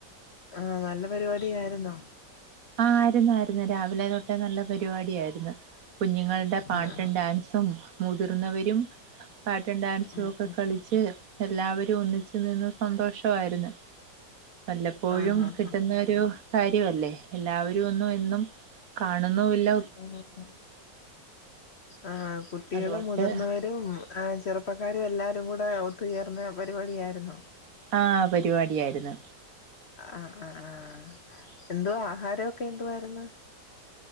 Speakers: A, on the left (about 45°); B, on the right (about 55°).
A: ആഹ് നല്ല പരിപാടി ആയിരുന്നോ
B: ആഹ് ആയിരുന്നയിരുന്നു രാവിലെ തൊട്ടേ നല്ല പരിപാട ആായിരുന്നു കുഞ്ഞുങ്ങൾടെ പാട്ടും
A: ആഹ്
B: ഡാൻസും മുതിർന്നവരും പാട്ടും ഡാൻസും
A: ആഹ്
B: ഒക്കെ
A: ആഹ്
B: കളിച്ച് എല്ലാവരും ഒന്നിച്ച് നിന്ന് സന്തോഷമായിരുന്നു വല്ലപ്പോഴും
A: ആഹ് ആഹ്
B: കിട്ടുന്ന ഒരു കാര്യമല്ലേ എല്ലാവരും ഒന്നും എന്നും കാണുന്നില്ല.
A: ആഹ് ആഹ് കുട്ടികളും
B: അതുകൊണ്ട്
A: മുതിർന്നവരും. ആഹ് ചെറുപ്പക്കാരും എല്ലാരും കൂടെ ഒത്തുചേർന്ന പരിപാടിയായിരുന്നോ?
B: ആഹ് പരിപാടിയായിരുന്നു.
A: ആഹ് ആഹ് ആഹ് എന്തോ ആഹാരെക്കെ എന്തോയിരുന്നു?